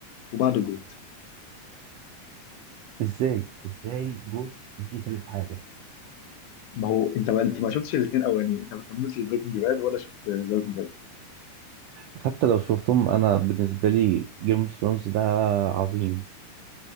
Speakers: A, on the left; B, on the right.
A: وبعده جود
B: ازاي ازاي جوت دي تالت حاجه
A: ما هو انت ما انت ما شفتش الاثنين الاولانيين انت ما كملتش بريكنج باد ولا شفت ذا ووكينج ديد
B: حتى لو شفتهم انا بالنسبه لي جيم اوف ثرونز ده عظيم